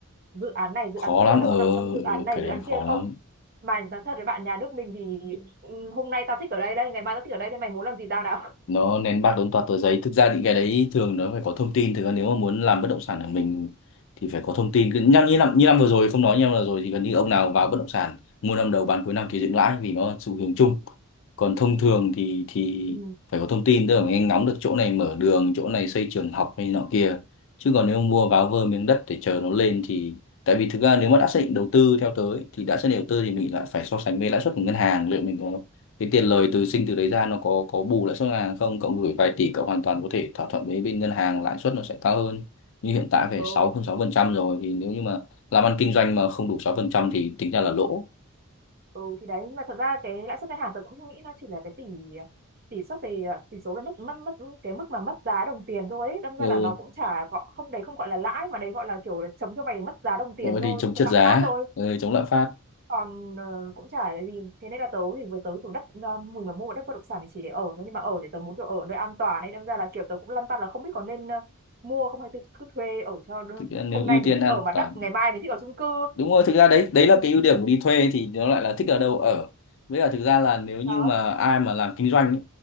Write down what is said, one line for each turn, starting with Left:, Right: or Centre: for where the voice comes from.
Right: dự án này
Left: khó
Right: dự án kia
Left: lắm
Right: nó
Left: ờ
Right: có
Left: ừ,
Right: nằm trong dự án
Left: ừ,
Right: này
Left: cái đấy
Right: dự án kia
Left: khó lắm
Right: không mà nói thật với bạn nhà nước mình thì ừ, hôm nay tao thích ở đây đây ngày mai tao thích ở đây đây mày muốn làm gì tao nào <laughs>
Left: nó nén bạc đốn toạt tờ giấy thực ra những cái đấy thường nó phải có thông tin thực ra nếu mà muốn làm bất động sản của mình thì phải có thông tin cứ nhắc như năm như năm vừa rồi không nói như năm vừa rồi thì gần như ông nào vào bất động sản mua năm đầu bán cuối năm thì dựng lãi vì nó là xu hướng chung còn thông thường thì thì
Right: Ừ.
Left: phải có thông tin tức là mình nhanh ngóng được chỗ này mở đường chỗ này xây trường học hay nọ kia chứ còn nếu mua váo vơ miếng đất để chờ nó lên thì tại vì thực ra nếu mà đã xác định đầu tư theo tới thì đã xác định đầu tư thì mình lại phải so sánh với lãi suất của ngân hàng liệu mình có cái tiền lời từ sinh từ đấy ra nó có có bù lãi suất ngân hàng không cậu gửi vài tỷ cậu hoàn toàn có thể thỏa thuận với bên ngân hàng lãi suất nó sẽ cao hơn như hiện tại phải
Right: ừ.
Left: sáu hơn sáu phần trăm rồi thì nếu như mà làm ăn kinh doanh mà không đủ sáu phần trăm thì tính ra là lỗ
Right: ừ thì đấy nhưng mà thật ra cái lãi suất ngân hàng tôi cũng nghĩ nó chỉ là cái tỷ tỷ suất về ờ, tỷ số cái mức mất, mất cái mức mà mất giá đồng tiền thôi ấy. đâm
Left: ừ,
Right: ra là nó cũng chả gọi không đấy không gọi là lãi mà đấy gọi là kiểu là chống cho mày mất giá đồng tiền
Left: ừ
Right: thôi
Left: thì chống trượt
Right: thế lạm
Left: giá
Right: phát thôi
Left: ừ, chống lạm phát
Right: còn ờ, cũng chả là gì thế nên là tớ thì với tớ chủ đất ờ, mình mà mua đất bất động sản thì chỉ để ở thôi nhưng mà ở thì tớ muốn được ở nơi an toàn ấy đâm ra là kiểu tớ cũng lăn tăn là không biết có nên ờ, mua không hay thì cứ thuê ở cho đỡ-
Left: Thực ra nếu
Right: hôm
Left: ưu
Right: nay mình
Left: tiên
Right: thích
Left: an
Right: ở mặt
Left: ăn
Right: đất ngày mai mình thích ở chung cư
Left: đúng rồi thực ra đấy đấy là cái ưu điểm của đi thuê thì nó lại là thích ở đâu ở với cả thực ra là
Right: <laughs>
Left: nếu như
Right: đó
Left: mà ai mà làm kinh doanh ấy,